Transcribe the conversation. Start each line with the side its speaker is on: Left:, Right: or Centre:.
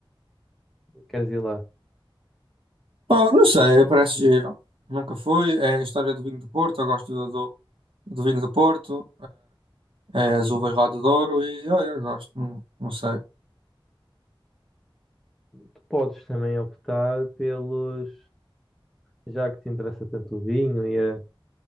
Centre: eh, queres ir lá?
Right: Oh, não sei, parece giro. Nunca fui. É a história do vinho do Porto. Eu gosto do, do, do vinho do Porto. É, é as uvas lá do Douro e olha, eu gosto. Não, não sei.
Centre: Tu podes também optar pelos, já que te interessa tanto o vinho e a,